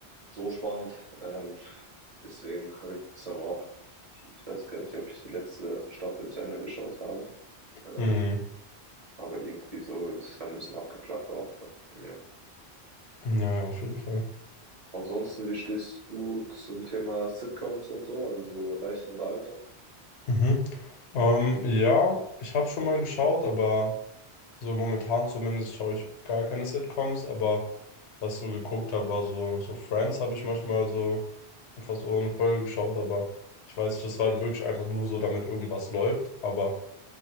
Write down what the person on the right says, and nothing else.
so spannend. Ähm, deswegen habe ich das dann auch, ich, ich weiß gar nicht, ob ich die letzte Staffel zu Ende geschaut habe. Ähm,
aber irgendwie so ist es dann ein bisschen abgeflacht auch bei mir.
Ansonsten, wie stehst du zum Thema Sitcoms und so, also so leichte Unterhaltung?
Mhm.